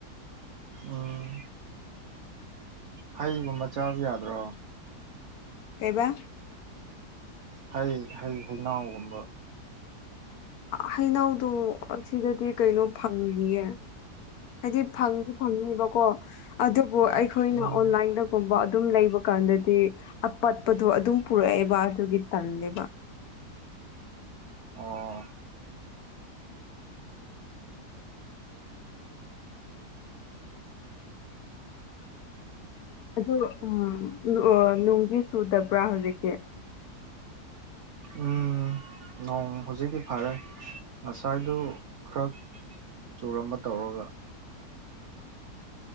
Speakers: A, on the right; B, on the left.
A: ꯎꯝ ꯍꯩꯒꯨꯝ ꯃꯆꯥꯁꯨ ꯌꯥꯗ꯭ꯔꯣ
B: ꯀꯩꯕꯥ
A: ꯍꯩ ꯍꯩ ꯍꯩꯅꯎꯒꯨꯝꯕ
B: ꯍꯩꯅꯧꯗꯣ ꯑꯁꯤꯗꯗꯤ ꯀꯩꯅꯣ ꯐꯪꯗꯤꯌꯦ ꯍꯥꯏꯗꯤ ꯐꯪꯗꯤ ꯐꯪꯉꯦꯕꯀꯣ ꯑꯗꯨꯕꯨ ꯑꯩꯈꯣꯏꯅ
A: ꯎꯝ
B: ꯑꯣꯟꯂꯥꯏꯟꯗꯒꯨꯝꯕ ꯑꯗꯨꯝ ꯂꯩꯕ ꯀꯥꯟꯗꯗꯤ ꯄꯠꯄꯗꯣ ꯑꯗꯨꯝ ꯄꯨꯔꯛꯑꯦꯕ ꯑꯗꯨꯒꯤ ꯇꯜꯂꯦꯕ
A: ꯑꯣ
B: ꯑꯗꯨꯗ ꯎꯝ ꯅꯨꯡꯒꯤ ꯆꯨꯗꯕ꯭ꯔꯥ ꯍꯧꯖꯤꯛꯀꯤ
A: ꯎꯝ ꯅꯣꯡ ꯍꯧꯖꯤꯛꯇꯤ ꯐꯔꯦ ꯉꯁꯥꯏꯗꯨ ꯈꯔ ꯆꯣꯔꯝꯕ ꯇꯧꯔꯒ